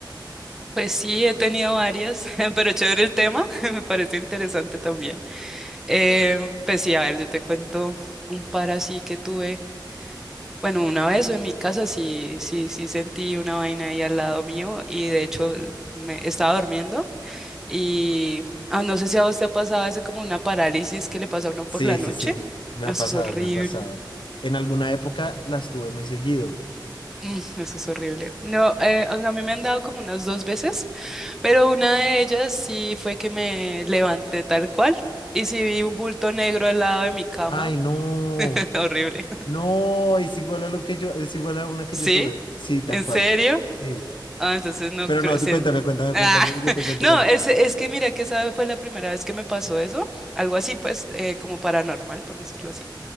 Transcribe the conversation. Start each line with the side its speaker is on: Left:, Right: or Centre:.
Centre: Pues sí, he tenido varias, <laughs> pero chévere el tema, <laughs> me parece interesante también. Eh, pues sí, a ver, yo te cuento un par así que tuve. Bueno, una vez en mi casa sí, sí, sí sentí una vaina ahí al lado mío y de hecho l- me estaba durmiendo y ah, no sé si a vos te ha pasado ese como una parálisis que le pasa a uno
Left: Sí,
Centre: por la noche.
Left: sí, sí, me
Centre: Eso
Left: ha pasado,
Centre: es horrible.
Left: me ha pasado. En alguna época las tuve muy seguido.
Centre: Mm, eso es horrible. No, eh, o sea, a mí me han dado como unas dos veces. Pero una de ellas sí fue que me levanté tal cual. Y sí vi un bulto negro al lado de mi cama.
Left: Ay, no,
Centre: <laughs> Horrible.
Left: no, es igual a lo que yo, es igual a una que
Centre: ¿Sí?
Left: yo tuve. Sí, tal
Centre: ¿En
Left: cual.
Centre: serio?
Left: Sí.
Centre: Ah, entonces no
Left: Pero
Centre: creo.
Left: no, tú
Centre: sí,
Left: cuéntame,
Centre: entonces-
Left: cuéntame,
Centre: Ah,
Left: cuéntame, y yo
Centre: <laughs>
Left: te cuento
Centre: no,
Left: la mía.
Centre: es,
Left: después.
Centre: es que mira que esa fue la primera vez que me pasó eso. Algo así, pues, eh, como paranormal, por decirlo así.